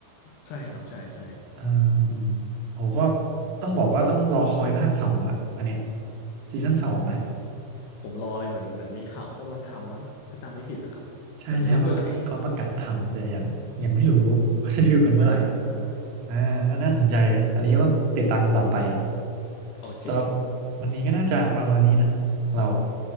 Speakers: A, on the left; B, on the right.
A: ใช่ครับใช่ใช่
B: อ่าอืมโอ้ก็ต้องบอกว่าต้องรอคอยภาคสองอ่ะอันเนี้ยซีซั่นสองนะ
A: ผมรอเลยเหมือนเหมือนมีข่าวเขากำลังทำมั้งถ้าจำไม่ผิดนะครับแต่ไม่รู้เมื่อไหร่
B: ใช่ใช่เพราะเขาประกาศทำแต่ยังยังไม่รู้ว่าจะได้ดูกันเมื่อไหร่
A: <laughs> อ่าอ่า
B: อ่าก็น่าสนใจอันนี้ก็ต้องติดตามกันต่อไป
A: โอเค
B: สำหรับวันนี้ก็น่าจะประมาณนี้นะเรา